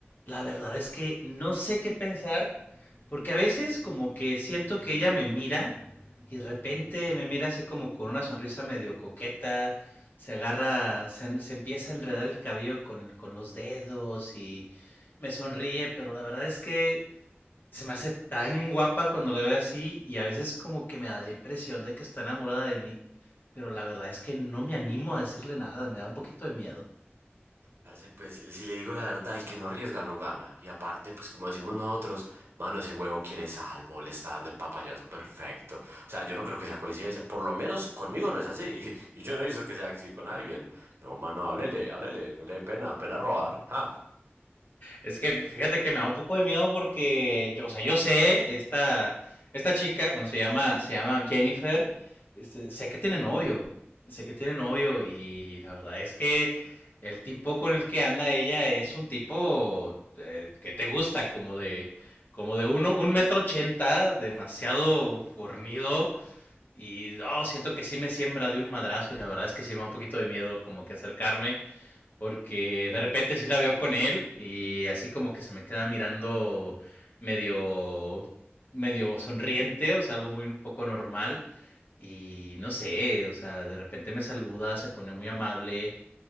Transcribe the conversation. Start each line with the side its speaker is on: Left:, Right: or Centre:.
Left: la verdad es que no sé qué pensar, porque a veces como que siento que ella me mira y de repente me mira así como con una sonrisa medio coqueta, se agarra, se, se empieza a enredar el cabello con, el- con los dedos y me sonríe, pero la verdad es que se me hace tan guapa cuando la veo así y a veces como que me da la impresión de que está enamorada de mí, pero la verdad es que no me animo a decirle nada, me da un poquito de miedo.
Right: Parce, pues si le digo la verdad, el que no arriesga no gana. Y aparte, pues como decimos nosotros, mano, ese huevo quiere salvo, le está dando el papayazo perfecto. O sea, yo no creo que sea coincidencia. Por lo menos conmigo no es así. <laughs> Y yo no he visto que sea así con alguien. No, mano, háblele, háblele, no le dé pena, pena robar. Ja.
Left: Es que fíjate que me da un poco de miedo porque, yo, o sea, yo sé, esta, esta chica, bueno, se llama, se llama Jennifer, este, sé que tiene novio, sé que tiene novio y la verdad es que el tipo con el que anda ella es un tipo eh, que te gusta, como de, como de uno, un metro ochenta, demasiado fornido y oh, siento que sí me siembra de un madrazo y la verdad es que sí me da un poquito de miedo como que acercarme porque de repente sí la veo con él y así como que se me queda mirando medio, medio sonriente, o sea, algo muy un poco normal. Y no sé, o sea, de repente me saluda, se pone muy amable,